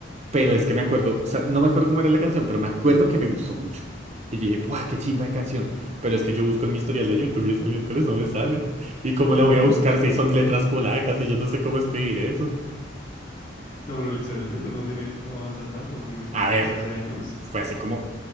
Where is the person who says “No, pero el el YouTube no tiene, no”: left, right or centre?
Left